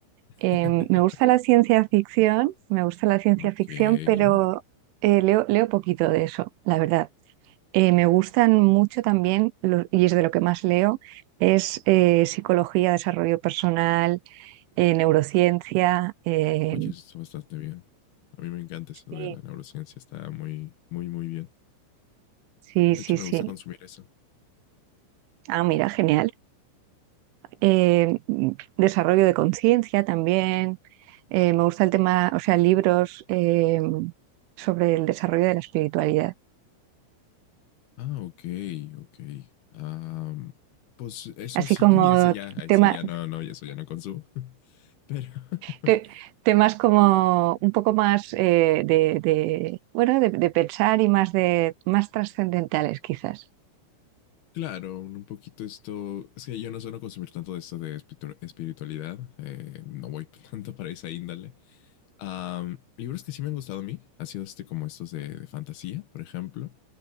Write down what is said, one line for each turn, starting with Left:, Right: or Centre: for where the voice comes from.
Left: <laughs>
Right: Eh, me gusta la ciencia ficción, me gusta la ciencia
Left: ok.
Right: ficción, pero eh, leo, leo poquito de eso, la verdad. Eh, me gustan mucho también, lo- y es de lo que más leo, es eh, psicología, desarrollo personal, eh, neurociencia. eh,
Left: Oye, eso está bastante bien. A mí me encanta
Right: sí,
Left: eso de la neurociencia, está muy, muy, muy bien.
Right: sí,
Left: De
Right: sí,
Left: hecho,
Right: sí.
Left: me gusta consumir eso.
Right: Ah, mira, genial. Eh, desarrollo de conciencia también. Eh, me gusta el tema, o sea, libros eh, sobre el desarrollo de la espiritualidad.
Left: Ah, ok, ok. Am, pues eso
Right: Así
Left: sí,
Right: como
Left: <laughs> eso ya, ay,
Right: tema,
Left: sí, ya no, no, eso ya no consumo. <laughs> Pero, <laughs>
Right: te- temas como un poco más eh, de, de, bueno, de, de pensar y más de más trascendentales quizás.
Left: claro, un un poquito esto, es que yo no suelo consumir tanto de esto de espiritu- espiritualidad, eh, no voy <laughs> tanto para esa índole. Am, libros que sí me han gustado a mí, ha sido este como estos de, de fantasía, por ejemplo.